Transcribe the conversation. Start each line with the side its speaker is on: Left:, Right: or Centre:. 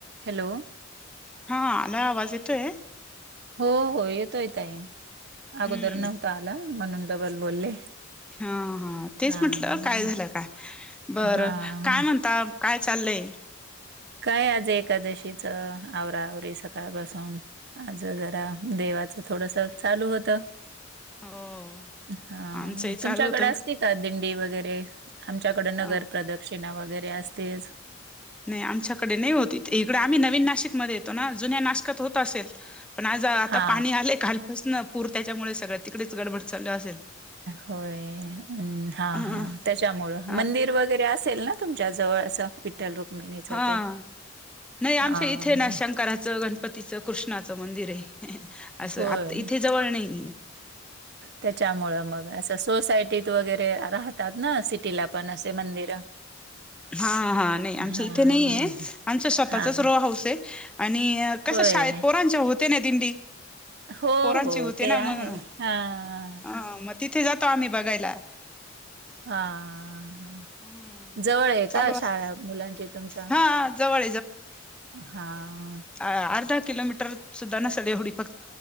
Right: Hello.
Centre: हा. <unintelligible> आवाज येतोयं?
Right: हो हो. येतोय ताई. अगोदर
Centre: हम्म
Right: नव्हता आला म्हणून डबल बोलले.
Centre: हां. हां. तेच
Right: हा
Centre: म्हटलं
Right: हा हा.
Centre: काय झाल का? बरं
Right: हा
Centre: काय म्हणता? काय चाललंय?
Right: काय आज एकादशीच आवरा आवरी सकाळपासून. माझं जरा देवाचं थोडसं चालू होतं.
Centre: हो.
Right: हां.
Centre: आमचंही
Right: म
Centre: चालू
Right: तुमच्याकडे
Centre: होतं
Right: असती का दिंडी वगैरे? आमच्याकडे नगर
Centre: अ
Right: प्रद- -क्षिणा वगैरे असतेचं.
Centre: नाही आमच्याकडे नाही होत इथे. इकडें आम्ही नवीन नाशिकमध्ये येतो ना? जुन्या नाशकात होत. असेल. पण आज आता
Right: हा
Centre: पाणी आलंय काल- स ना पूर त्याच्यामुळे सगळ्या तिकडेच गडबड चालू असेल.
Right: होय. हं. हा
Centre: ह
Right: हा. त्याच्यामुळं.
Centre: ह
Right: मंदिर वगैरे असेल ना? तुमच्या जवळ असं विठ्ठल रुक्मिणीच
Centre: हा
Right: ते.
Centre: नाही
Right: हा
Centre: आमच्या इथं ना शंकराचं, गणपतीचं, कृष्णाचं मंदिर आहे. असं.
Right: होय.
Centre: आता इथे जवळ नाही ए.
Right: त्याच्यामुळे मग असं सोसायटीत वगैरे राहतं- -तात ना सिटीला असे मंदिर?
Centre: हा, हा. नाही
Right: हां,
Centre: आमचं इथे नाही आहे, आमचं स्वतःचच
Right: हां.
Centre: रो हाऊस आहे आणि कसं
Right: होय.
Centre: शाळेत पोरांच्या होते ना दिंडी.
Right: हो,
Centre: पोरांची
Right: हो.
Centre: होते
Right: ते
Centre: ना मग,
Right: आहे. हां,
Centre: अ मग तिथे जातो आम्हीं बघायला.
Right: हा....... हा.
Centre: हम्म
Right: जवळ आहे
Centre: चालू
Right: का
Centre: अस
Right: शाळा मुलांची तुमच्या?
Centre: हा जवळ
Right: हा.....
Centre: अ अर्धा किलोमीटर सुद्धा नसलं ऐवडी.